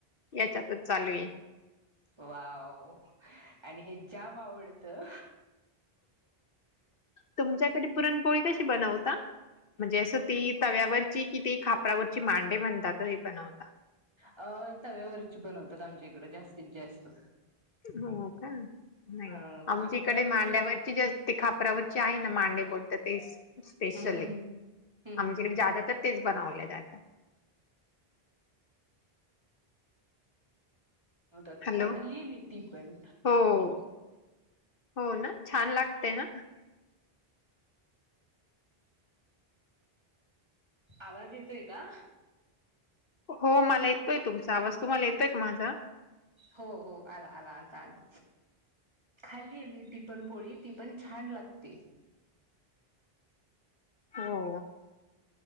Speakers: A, on the left (about 65°); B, on the right (about 25°).
A: याच्यातच चालु आहे.
B: वाव आणि हे जाम आवडतं.
A: तुमच्याकडे पुरणपोळी कशी बनवता? म्हणजे असं ती तव्यावरची कि ती खापरावरची मांडे म्हणतात हे बनवता
B: अं तव्यावरची बनवतात आमच्या इकडें जास्तीत जास्त
A: हो का नाही
B: ह खापरावरची
A: आमच्या इकडे मांड्यावरची जे ते खापरावरची आहे ना मांडे बोलत ते स्पेश
B: हम्म हम्म हम्म हम्म
A: आमच्याकडे
B: हम्म हम्म
A: जादा तर तेच बनावले जा
B: हो
A: हॅलो
B: म खाल्ली आहे मी ती पण
A: हो हो ना छान लागतेय ना
B: आवाज येतोय का
A: हो मला येतोय तुमचा आवाज तुम्हाला येतोय का माझा
B: हो हो आला आला आता आला खाल्लीय मी ती पण पोळी ती पण छान लागते.
A: हो.